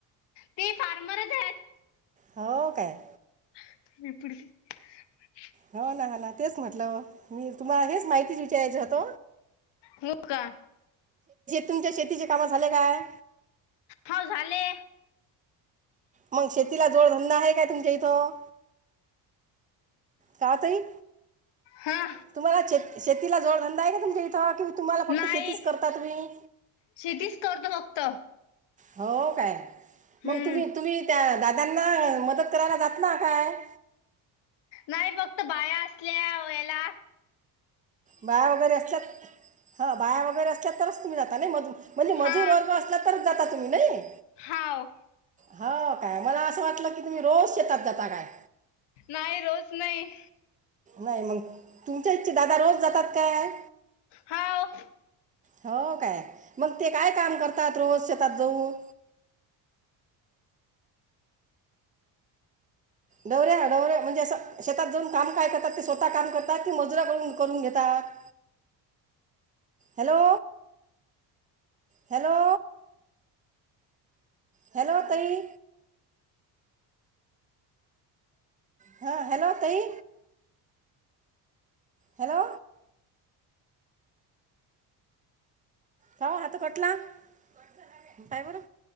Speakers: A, on the left; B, on the right.
A: ते फार्मरच आहेत.
B: हो काय.
A: <unintelligible>
B: हो ना ह ना तेच म्हटलं मी तुम्हाला हेच माहितीच विचारायच होत
A: हो का
B: तुमच्या शेतीचे काम झाले काय.
A: हव झाले.
B: मग शेतीला जोडधंदा आहे काय तुमच्या इथं कां तांई
A: हा
B: तुम्हांला श शेतीला जोडधंदा आहे कां तुमच्यां इथं कि तुम्हांला फक्तं
A: नाही
B: शेतीचं करतांत तुम्हीं
A: शेतीच करतो फक्त
B: हो कायं
A: हम्म
B: मंग तुम्हीं तुम्हीं त्यां दादांना मंदत करांयला जातां जातांना कायं
A: नाहीं फक्तं बाया असल्यां यांलां
B: बांया वगैरे असल्यां हां बांया वगैरें असल्यां तरचं तुम्हीं जाता नाहीं मध म्हण
A: हा
B: मंजूर वर्ग असलां तरचं जांतां तुम्हीं नाहीं
A: हाव
B: हां कायं मंलां असं वाटलं की तुम्हीं रोज शेतात जातां कायं
A: नाहीं रोज नाहीं
B: नाहीं मंग तुमच्यां ईच्छा दादा रोज जातांत कायं
A: हाव
B: हो कायं मंग ते कायं कामं करतांत रोज शेतात जाऊं डवऱ्यां डवऱ्यां म्हणंजे शेतात जाऊंन कामं कायं करतांत ते स्वतः कामं करतांत की मजुरां करूंन करूंन घेतांत ह हॅलो हॅलो हॅलो तांई हा हॅलो तांई हॅलो हो हात खटला पांयं बरं